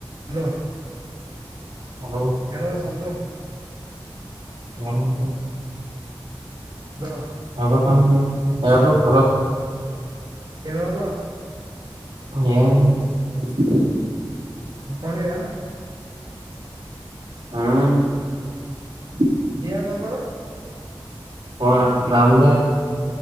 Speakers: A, on the right; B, on the right.
A: ಹಲೋ
B: ಹಲೋ
A: ಹೇಳೂ ಸಂತು
B: <unintelligible>
A: ಏನ್
B: <unintelligible> ಕರೋ
A: ಏದಳ್ದ
B: <unintelligible>
A: ಕೊಣನು
B: ಹ್ಮ
A: ಯರ ನಂಬರ್
B: ಹರ ನಾ ಒಂದ